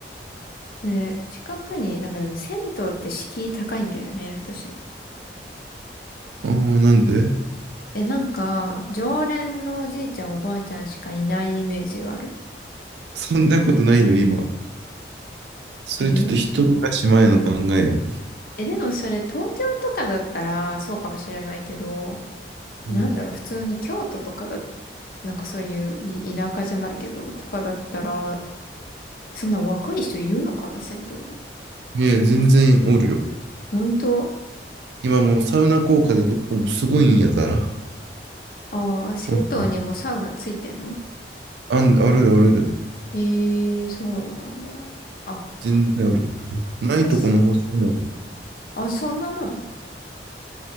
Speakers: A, on the left (about 50°); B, on the right (about 75°).
A: で、近くに、なんかでも銭湯って敷居高いんだよね、私。
B: ああ、なんで
A: え、なんか、常連のおじいちゃんおばあちゃんしかいないイメージがある。
B: そんなことないよ、今。それちょっと一昔前の考えよ。
A: えーえ、でもそれ東京とかだったらそうかもしれないけど、なんだろう、
B: うん
A: 普通に京都とかだ、なんかそういうい田舎じゃないけど、とかだったら、そんな若い人いるのかな、銭湯に。
B: いや、全然おるよ。
A: 本当
B: 今もうサウナ効果でどこもすごいんやから。
A: ああー、銭湯にもサウナついてんの
B: うんあん、あるであるで。
A: ええー、そうなんだ。あ、
B: 全然ある。ないとこの方少ない。
A: たしあ、そんなもん。